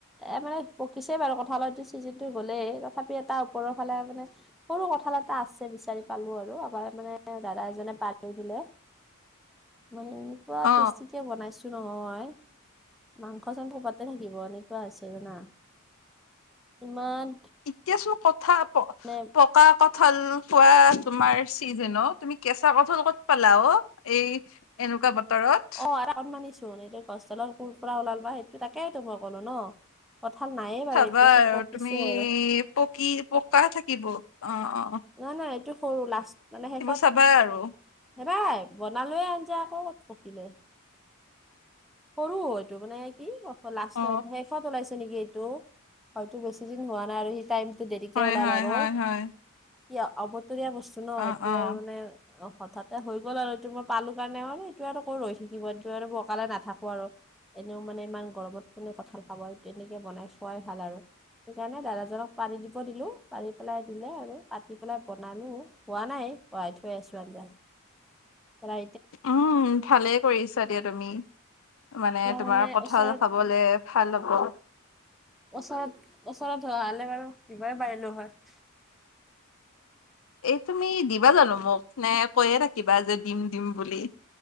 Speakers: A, in the centre; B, on the left.
A: এ মানে পকিছেই বাৰু কঁথাালতটো <unintelligible> চিটো গ'লেই, তথাপি এটা ওপৰৰ ফালে মানে সৰু কথাল এটা আছে বিচাৰি পালো আৰু আমাৰ মানে দাদা এজনে পাৰ কৰি দিলে, মই সেই এনেকোৱা
B: অ
A: টেষ্টিকে বনাইছো নহয়, মাংস চাংস পাতে থাকিব, এনেকুৱা আছে জানা। ইমান
B: এতিয়াচোন, কথা প
A: মানে
B: পকা ক ঠল খোৱা তোমাৰ চিজন অ, তুমি কেঁচা কঠল ক'ত পালা ও, এই এনেকুৱা বতৰত?
A: অ <unintelligible> আৰু অকণ মানিছো এই গছডালৰ কোৰ পৰা ওলালবা, সেইটো তাকেই তো মই কলো ন। কঠাল নায়ে বাৰু
B: চাবা
A: এতিয়া চব
B: আৰু
A: পকিছে
B: তুমি
A: আৰু।
B: পকি পকা থাকিব, অ-অ।
A: নাই নাই এইটো সৰু, লাষ্ট, মানে শেষত
B: চাবা আৰু
A: হেৰাই, বনালোৱয়ে আনজা আকৌ, কত পখিলে। সৰু এইটো মানে কি লাষ্ট
B: অ
A: শেষত ওলাইছে নেকি এইটো। হয়তো বেছি দিন হোৱা নাই আৰু সি টাইমতটো দেৰিকে
B: হয়
A: ওলাল
B: হয়
A: আৰু।
B: হয় হয়
A: এ অবতৰীয়া বস্তু ন,
B: অ
A: এইটোয়ে
B: অ
A: আৰু মানে অ, হঠাতে হৈ গ'ল আৰু এইটো মই পালো কাৰণে অ এইটো আৰু আকৌ ৰৈ থাকিবটো আৰু বকালে নাথাক আৰু, এনেও মানে ইমান গৰমত কোনে কঁঠাল খাব, তেনেকে বনাই খোৱাই ভাল আৰু। সেইকাৰণে দাদাজনক পাৰি দিব দিলোঁ, পাৰি পেলাই দিলে আৰু, কাতি পেলাই বনালোঁ। হোৱা নাই, পঢ়াই থৈ আছো আঞ্জা, ৰা
B: উম, ভালে কৰিছা দিয়া তুমি, মানে তোমাৰ
A: কাৰণে
B: কঁঠাল
A: ওচৰত
B: খাব লে ভাল হ'ব।
A: ওচৰত, ওচৰত ধৰা হ'লে বাৰু দিবৰে পাৰিলো হয়।
B: এই তুমি দিবা জানো মোক নে কৈয়ে থাকিবা যে দিম - দিম বুলি?